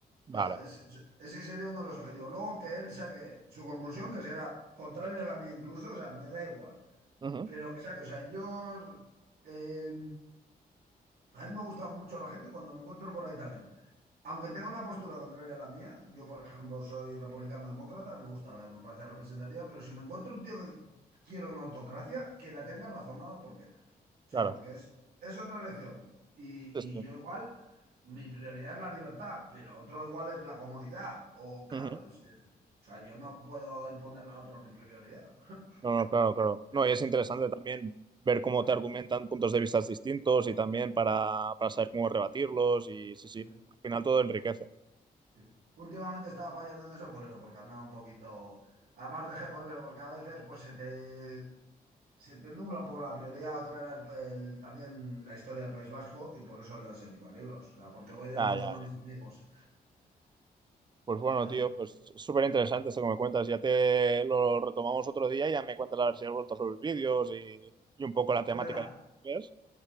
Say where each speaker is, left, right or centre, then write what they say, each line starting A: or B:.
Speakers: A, on the right; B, on the right.
A: Vale.
B: Ya, es- es- ese sería uno de los objetivos. Luego que él saque su conclusión, que será contraria a la mía incluso, o sea, me da igual,
A: Ujú,
B: pero que saque, o sea, yo... eh, a mí me gusta mucho la gente cuando me encuentro por ahí también. Aunque tenga una postura contraria a la mía, yo por ejemplo soy republicano demócrata, me gusta la democracia representativa, pero si me encuentro un tío que quiere una autocracia, que la tenga razonada, porque o sea,
A: claro.
B: porque es, es otra elección. Y,
A: Sí,
B: y
A: sí.
B: yo igual, mi prioridad es la libertad, pero otro igual es la comodidad. O claro,
A: Ujú.
B: es, eh, o sea, yo no puedo imponerle a otro mi prioridad. <laughs>
A: No, no, claro, claro. No, y es interesante
B: Claro,
A: también ver cómo
B: claro,
A: te argumentan puntos de vista distintos y también para, para saber cómo rebatirlos y sí, sí,
B: sí,
A: al final todo enriquece.
B: sí. Últimamente estaba fallando en eso por eso, porque andaba un poquito... Además dejé por eso, porque a veces pues se te, se te nubla un poco la prioridad. Otra era el- el- también la historia del País Vasco y por eso leo ese tipo de libros. O sea, porque voy desmontando
A: Ya, ya,
B: a
A: ya.
B: mis amigos.
A: Pues bueno,
B: Claro.
A: tío, pues es súper interesante
B: sí.
A: esto que me cuentas. Ya te lo retomamos otro día y ya me cuentas a ver si has vuelto sobre los vídeos y, y un poco la temática
B: Venga,
A: de los vídeos.